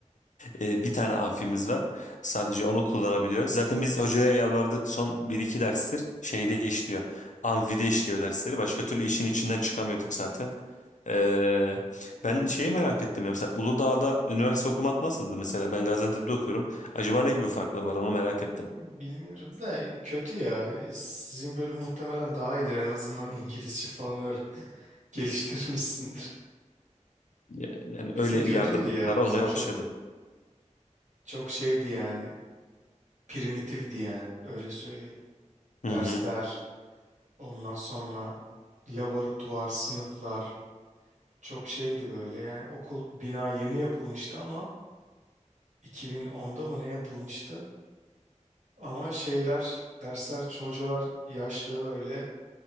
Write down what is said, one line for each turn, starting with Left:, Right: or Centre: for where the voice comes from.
Left: Ee, bir tane amfimiz var sadece onu kullanabiliyoruz zaten biz hocaya yalvardık son bir iki derstir şeyde işliyor amfide işliyor dersleri başka türlü işin içinden çıkamıyorduk zaten Ee, ben şeyi merak ettim ya mesela Uludağ'da üniversite okumak nasıldı mesela ben Gaziantep'te okuyorum acaba ne gibi farklar var onu merak ettim
Right: Bilmiyorum da kötü ya. Sizin bölüm muhtemelen daha iyidir. En azından İngilizce falan öyle <laughs> geliştirmişsindir.
Left: Ya- Yani öyle
Right: Bizim kötüydü
Left: yardımcılar
Right: ya.
Left: olmaya
Right: Bizim çok
Left: başladı.
Right: çok şeydi yani. Primitifti yani. Öyle söyleyeyim.
Left: Hı
Right: Dersler,
Left: hı.
Right: ondan sonra laboratuvar, sınıflar çok şeydi böyle. Yani okul bina yeni yapılmıştı ama 2010'da mı ne yapılmıştı? Ama şeyler, dersler, hocalar yaşlı böyle